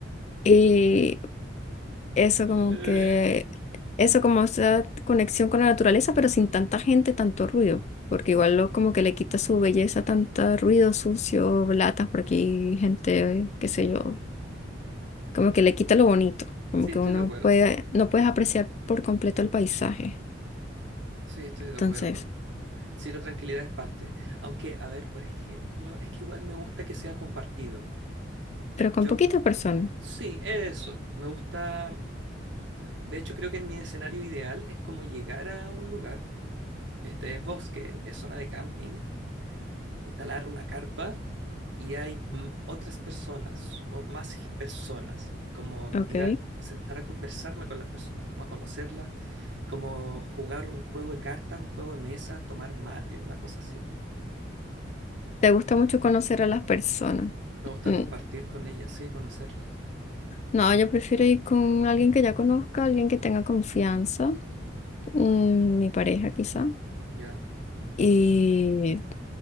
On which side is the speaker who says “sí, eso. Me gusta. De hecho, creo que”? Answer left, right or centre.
Right